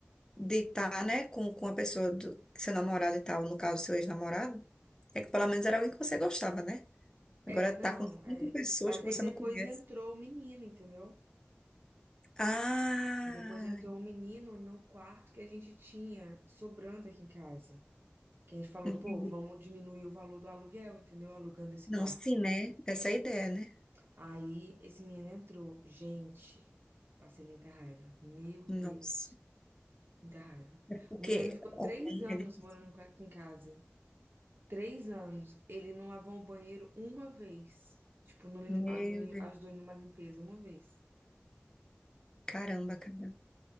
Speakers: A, on the left (about 20°); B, on the right (about 65°).
A: de estar, né, com, com a pessoa do seu namorado e tal, no caso, seu ex-namorado, é que pelo menos era alguém que você gostava, né? Agora
B: É, não,
A: tá com cinco
B: é.
A: pessoas
B: Mas
A: que você
B: aí depois
A: não conhece.
B: entrou o menino, entendeu?
A: Ah!
B: Depois entrou um menino no quarto que a gente tinha sobrando aqui em casa. Que a gente falou,
A: Entendi.
B: pô, vamos diminuir o valor do aluguel, entendeu? Alugando esse
A: Não,
B: quarto.
A: sim, né? Essa é a ideia, né?
B: Aí esse menino entrou. Gente, passei muita raiva. Meu
A: Nossa.
B: Deus, muita raiva.
A: É porque
B: O menino ficou
A: homem
B: três anos
A: é difícil.
B: morando com- aqui em casa. Três anos. Ele não lavou o banheiro uma vez. Tipo, não, lim-
A: Meu
B: a- não lim-
A: Deus.
B: ajudou numa limpeza uma vez.
A: Caramba, cara.